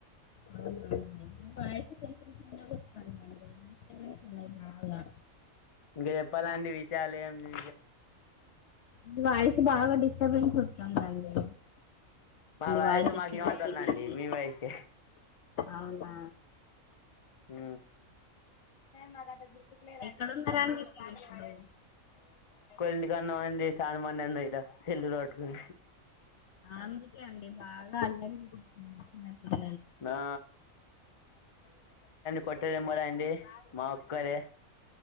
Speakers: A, on the left; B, on the left.
A: అవునా అండి మీ వాయిస్ కొంచెం చిన్నగా వస్తుందండి డిస్టర్బెన్స్ ఉన్నది బాగా
B: ఇంక చెప్పాలండి విషయాలు ఏమి
A: దవాయి బాగా డిస్టర్బెన్స్ వస్తుందండి
B: మా వయసు
A: వాయిస్
B: మాక
A: చిన్న
B: ఏంమడుతుందండి
A: పిల్లలది
B: మీ వయసే
A: అవునా
B: ఎ మ గు
A: ఎక్కడున్నారండి
B: చిన్నప్పుడ
A: మీరు ఇప్పుడు
B: ఎంటి కన్నా అండి చాల మనింది ఇలా చెల్లు తట్టుకుని
A: అందుకే అండి బాగా అల్లరి చిన్నప్పుడు
B: ఆ కొట్టారుమరా అండి మా ఒక్కరే